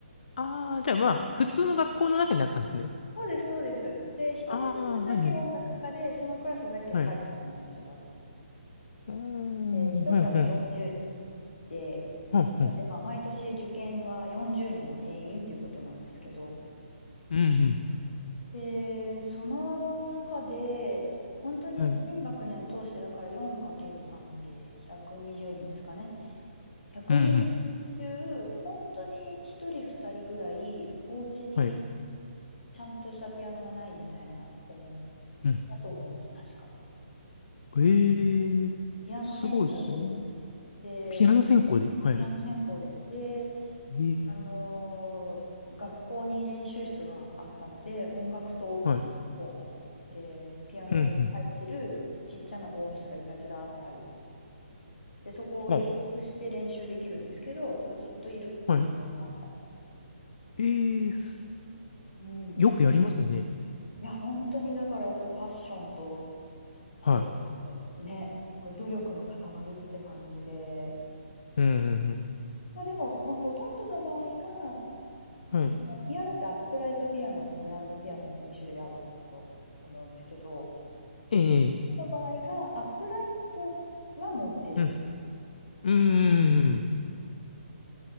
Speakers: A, on the left; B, on the left.
A: ああ、じゃあまあ、普通の学校の中にあったんですね。
B: そうです、そうです。で、一クラスだけ音楽科で、
A: ああ、はいはい。
B: そのクラスだけカリキュラムが違う。
A: はい。うーん、
B: で、一クラス40人
A: ふんふん。
B: で、
A: ふんふん。
B: なので、まあ、毎年受験は40人が定員ということなんですけど、
A: うん。うん
B: で、その中で、本当に全学年通して、
A: うん。はい。
B: だから 4×3 で120人ですかね。120人中、
A: うんうん
B: 本当に1人2人ぐらい、お家に
A: はい。
B: ちゃんとしたピアノがないみたいな子もいたと思います、
A: うん。
B: 確か。
A: ええ、
B: ピアノ専攻でですね。
A: すごいですね。
B: で、
A: ピアノ専攻で。はい。
B: ピアノ専攻で。で、
A: ええ、
B: あのー学校に練習室があったので、音楽棟っていう方があって、
A: はい。
B: で、ピアノ入ってるちっちゃな防音室がいっぱいずらーってある。
A: うん、うん。
B: で、そこを予約して練習できるんですけど、
A: は、
B: もうずっといるっていう子がいました。
A: はい。ええ、す
B: うん。
A: よくやりますね。
B: いや、本当にだからやっぱりパッションと、
A: はい。
B: こう、ね、こう努力の塊って感じで、
A: うんうんうん。
B: まあ、でも、まあ、ほとんどの場合が、
A: はい。
B: そのピアノってアップライトピアノとグランドピアノって2種類あると思うんですけど、
A: ええ、
B: この場合がアップライトは持ってる。
A: うん。うんうん